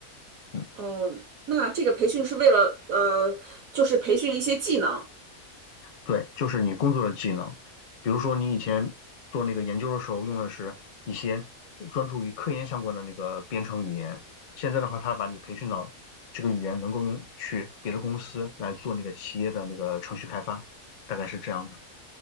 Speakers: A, on the left (about 55°); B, on the right (about 70°).
A: 嗯，
B: 呃，那这个培训是为了呃，就是培训一些技能
A: 对，就是你工作的技能，比如说你以前做那个研究的时候用的是一些专注于科研相关的那个编程语言，现在的话，他把你培训到这个语言能够用去别的公司来做那个企业的那个程序开发，大概是这样的。